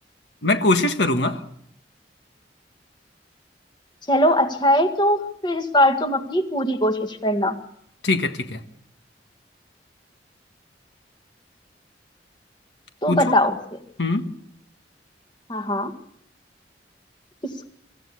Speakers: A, on the left; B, on the left.
A: मैं कोशिश करूंगा
B: चलो अच्छा है तो फिर इस बार तुम अपनी पूरी कोशिश करना
A: ठीक है ठीक है
B: तो
A: पूछो
B: बताओ फिर
A: हम्म
B: हाँ हाँ इस